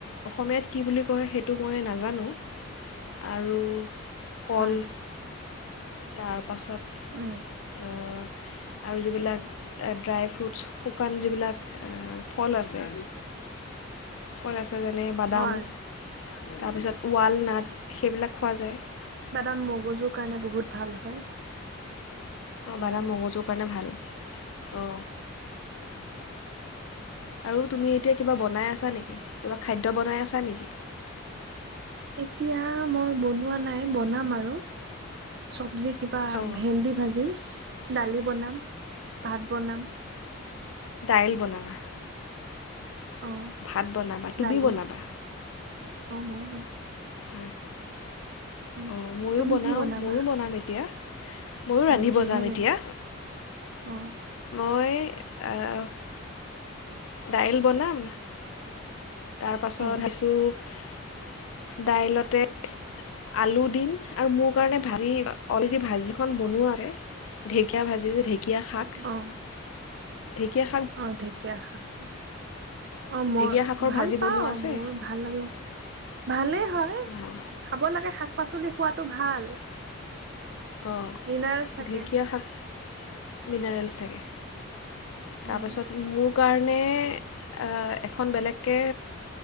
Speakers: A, on the left (about 75°); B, on the right (about 50°).
A: অসমীয়াত কি বুলি কয়, সেইটো মই নাজানোঁ। আৰু কল।
B: হয়
A: তাৰপাছত,
B: উম
A: অ' আৰু যিবিলাক, ড্ৰাই ফ্ৰুটছ। শুকান যিবিলাক, ফল আছে। ফল আছে, যেনে- বাদাম।
B: হয়
A: তাৰপিছত, ৱাল নাট, সেইবিলাক খোৱা যায়।
B: বাদাম মগজুৰ কাৰণে, বহুত ভাল হয়।
A: অ'!
B: হয়
A: বাদাম মগজুৰ কাৰণে, ভাল। অ'! আৰু তুমি এতিয়া, কিবা বনাই আছা নেকি, কিবা খাদ্য বনাই আছা নেকি?
B: এতিয়া, মই বনোৱা নাই, বনাম আৰু। চবজি কিবা,
A: অঁ
B: ভেন্দি ভাজি, দালি বনাম, ভাত বনাম।
A: দাইল বনাবা?
B: অ
A: ভাত বনাবা, তুমি
B: দালি
A: বনাবা?
B: অ'! মই বনাম।
A: হয়,
B: উম
A: অ'! ময়ো
B: তুমি
A: বনাওঁ,
B: কি বনাবা
A: মইয়ো বনাম এতিয়া। মইয়ো ৰান্ধিব
B: অ কিহেৰে
A: যাম এতিয়া।
B: অ
A: মই, আঁ, দাইল বনাম। তাৰপাছত,
B: অ
A: <unintelligible> দাইলতে আলু দিম। আৰু মোৰ কাৰণে, ভাজি অলৰেডি ভাজিখন বনোৱা আছে। ঢেঁকীয়া ভাজি যে, ঢেঁকীয়া শাক।
B: অ
A: ঢেঁকীয়া
B: অ'! ঢেঁকীয়া শাক। অ' মই,
A: ঢেকীয়া শাকৰ
B: ভাল
A: ভাজি
B: পাওঁ,
A: বনোৱা আছে
B: মোৰ ভাল লাগে! ভালেই হয়।
A: অঁ
B: খাব লাগে, শাক-পাচলি খোৱাটো ভাল।
A: অ'!
B: মিনাৰেলছ থাকে
A: ঢেঁকীয়া শাক মিনাৰেল চাগে। তাৰপাছত,
B: উম
A: মোৰ কাৰণে, আঁ এখন বেলেগকে